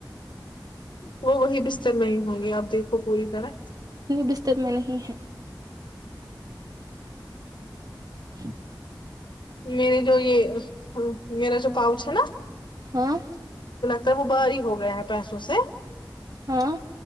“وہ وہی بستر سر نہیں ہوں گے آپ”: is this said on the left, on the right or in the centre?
Left